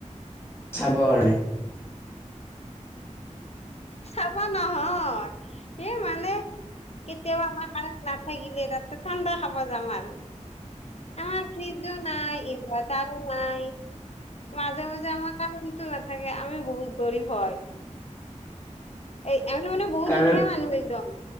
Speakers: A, on the left; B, on the left.
A: চাব কাৰণে
B: চাব নহয়, এমানে কেতিয়াও আমাৰ কাৰণ নাথাকিলে, তাতে ঠাণ্ডা খাব যাম আৰু আমাৰ ফ্ৰিজো নাই, ইনভাতাৰো নাই মাজে মাজে আমাৰ কাৰণটো নাথাকে, আমি বহুত গৰীব হয় এই আমি মান, বহুত
A: কাৰেণ্ট
B: দুখীয়া মানুহ একদম